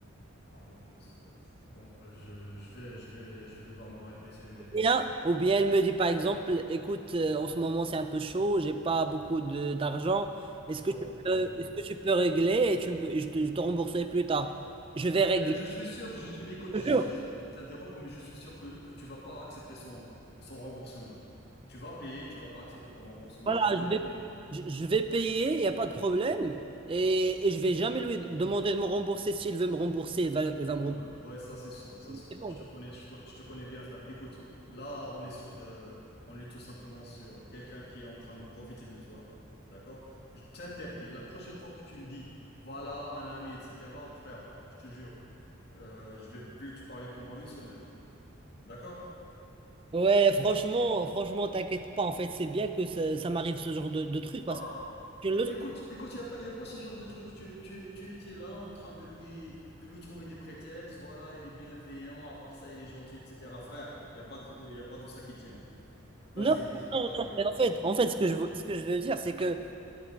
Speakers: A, on the left; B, on the right.
A: Bah écoute, euh, Bon, je, je vais, je vais, je vais devoir me répéter, mais
B: bien, ou bien elle me dit par exemple, écoute, euh, en ce moment c'est un peu chaud, j'ai pas beaucoup de d'argent, est-ce
A: j'ai
B: que
A: pas
B: tu
A: beaucoup de
B: peux,
A: thunes,
B: est-ce
A: ouais.
B: que tu peux régler et tu me- je te, je te rembourserai plus tard. Je vais régler.
A: Et je suis sûr, je suis, écoute,
B: Je
A: je
B: te
A: suis
B: jure.
A: désolé de t'interrompre, mais je suis sûr que, que tu vas pas accepter son, son remboursement. Tu vas payer, tu vas pas accepter ton remboursement.
B: Voilà,
A: Je te connais
B: je vais,
A: très
B: je, je vais payer, il n'y a pas de problème, et, et je vais jamais lui demander de me rembourser. S'il veut me rembourser, il va, il va me
A: Ouais,
B: rembourser.
A: ouais, ouais, ça c'est sûr, ça c'est sûr.
B: C'est bon.
A: Je te connais, je, co- je te connais bien, frère. Écoute, là, on est sur de, on est tout simplement sur quelqu'un qui est en train de profiter de toi, d'accord? Je t'interdis. La prochaine fois que tu me dis, voilà, un ami, etc., frère, je te jure, euh, je vais plus te parler pendant une semaine, d'accord?
B: Ouais, franchement, franchement, t'inquiète pas. En fait, c'est bien que ça, ça m'arrive ce genre de, de truc parce
A: Oh
B: que
A: non,
B: je le...
A: é- écoute, écoute, il n'y a pas, y a pas ce genre de truc. Tu, tu, tu étais là en train de lui, de lui trouver des prétextes. Voilà, il est bienveillant, à part ça, il est gentil, etc. Frère, il n'y a pas de, y a pas de ça qui tient. Vas-y,
B: Non,
A: dis ce que
B: non,
A: t'as à
B: non,
A: dire.
B: mais en fait, en fait, ce que je veux, ce que je veux dire, c'est que